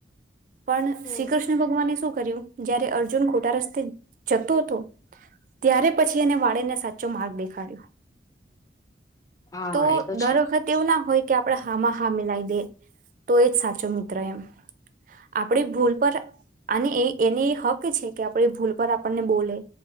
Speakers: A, on the right; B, on the left.
A: પણ
B: હમ
A: શ્રી કૃષ્ણ ભગવાનને શું કર્યું જ્યારે અર્જુન ખોટા રસ્તા તે જતો હતો ત્યારે પછી એને વાળેને સાચો માર્ગ દેખાડ્યો
B: હા
A: તો
B: એ
A: દર
B: છે
A: વખતે એવું ના હોય કે આપડે હામાં હા મિલાવી દે તો એજ સાચો મિત્ર એમ આપડી ભૂલ પર <unintelligible> હક છે કેઆ આપડી ભૂલ પર આપણને બોલે